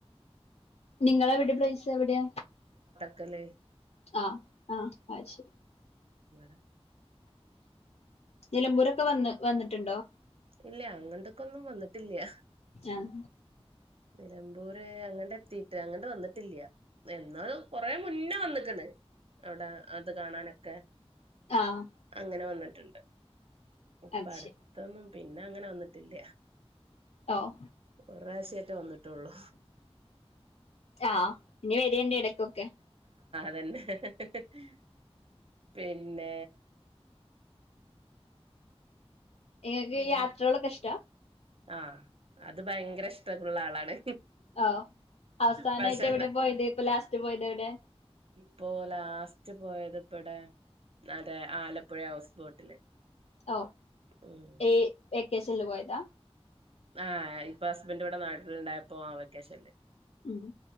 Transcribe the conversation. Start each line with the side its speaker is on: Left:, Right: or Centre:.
Left: നിങ്ങളെവിടെ പ്ലൈസ് എവിടെയാ
Right: ക്കലേ
Left: അ ആ അഹ് ശരി
Right: ഇവട
Left: നിലമ്പൂരൊക്കെ വന്ന് വന്ന് ട്ട്ണ്ടോ
Right: ഇല്ല അങ്ങൻ ത്ത്ക ഒന്നും വന്നി ഇല്ല
Left: ആഹ്
Right: നിലമ്പൂര് അങ്ങട്ട് എത്തീട്ട് അങ്ങട്ട് വന്നിട്ടില്ല എന്നാ കൊറെ മുന്നേ വന്ന്ക്ക്ണ് അവിടെ ആ ഇത് കാണാനൊക്കെ
Left: ആഹ്
Right: അങ്ങനെ വന്നി ഇണ്ട് ഇപ്പട്
Left: അത് ശരി
Right: തൊന്നും പിന്നെ അങ്ങനെ വന്നിട്ടില്ല
Left: ഓഹ്
Right: ഒറപ്രാവശ്യേറ്റ വന്നുട്ടൊള്ളു
Left: ആഹ്യ് ഇനി വരയിണ്ടി ഇടക്കൊക്കെ
Right: തന്നെ ഹ് ഹ് ഹ് ഹ് ഹേ പിന്നേ
Left: എങ്ങക്ക്
Right: വേറെ
Left: യാത്രകളൊക്കെ ഇഷ്ട
Right: ആഹ് അത് ഭയങ്കര ഇഷ്ടക്കുള്ള ആളാണ്
Left: ഓ അവസാനായിട്ടെവിടെ
Right: പക്ഷെ ന
Left: പോയത് ഇപ്പൊ ലാസ്റ്റ് പോയത് എവിടെ
Right: ഇപ്പോൊ ലാസ്റ്റ് പോയത് ഇപ്പടെ അതേ ആലപ്പുഴ ഹൗസ് ബോട്ടില്
Left: ഓ
Right: ഉം
Left: ഏ വെക്കേഷനിൽ പോയതാ
Right: ആഹ് ഇപ്പൊ ഹസ്ബെന്റിവിടെ നാട്ടിലിണ്ടായപ്പോ ആ വെക്കേഷനിൽ
Left: ഉം